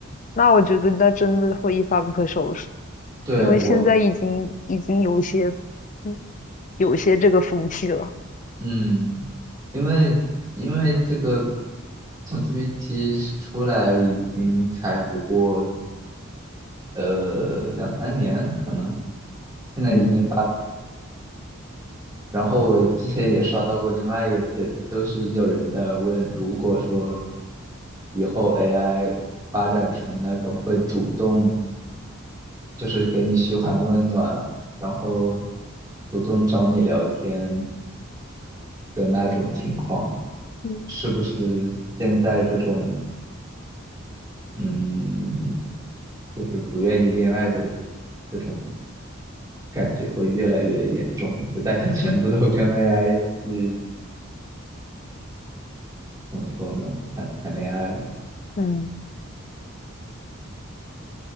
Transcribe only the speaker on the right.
对我
嗯，因为因为这个从 GPT 出来已经才不过呃两三年，可能现在已经。
然后我之前也刷到过另外一个帖子，就是有人在问，如果说以后 AI 发展成那种会主动，就是给你嘘寒问暖，然后主动找你聊天的那种情况，
是不是现在这种嗯，就是不愿意恋爱的这种感觉会越来越严重？就大家全部都跟
AI 去怎么说呢？谈谈恋爱。